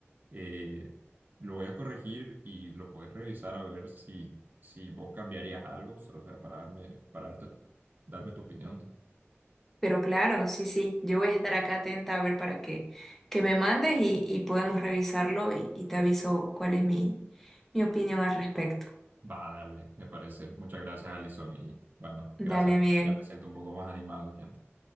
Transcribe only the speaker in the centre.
Pero claro, sí, sí, yo voy a estar acá atenta a ver para que, que me mandes y, y podemos revisarlo y, y te aviso cuál es mi, mi opinión al respecto.
Dale, Miguel.